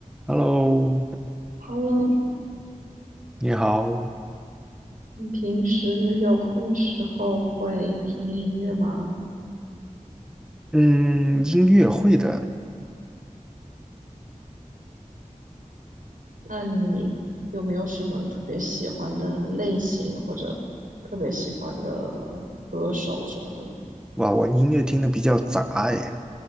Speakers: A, in the centre; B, on the right (about 85°).
A: Hello，
B: Hello，
A: 你好。
B: 你平时有空的时候会听音乐吗？
A: 嗯，音乐会的，
B: 那你有没有什么特别喜欢的类型或者特别喜欢的歌手什么的呢？
A: 哇，我音乐听的比较杂哎，